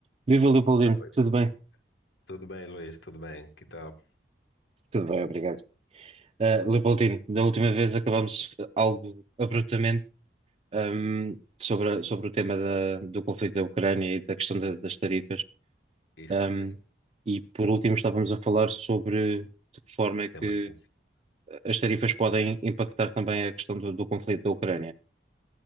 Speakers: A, on the right (about 35°); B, on the left (about 85°).
A: Viva Leopoldino,
B: Tá, Luiz.
A: tudo bem?
B: Tudo bem, Luiz, tudo bem. Que tal?
A: Tudo bem, obrigado. Uh, Leopoldino, da última vez acabámos eh, algo abruptamente um, sobre, a- sobre o tema da- do conflito da Ucrânia e da questão da- das tarifas.
B: Isso
A: Um,
B: é
A: e por último estávamos a falar sobre de que forma é
B: tema
A: que
B: sensível.
A: as tarifas podem impactar também a questão do, do conflito da Ucrânia.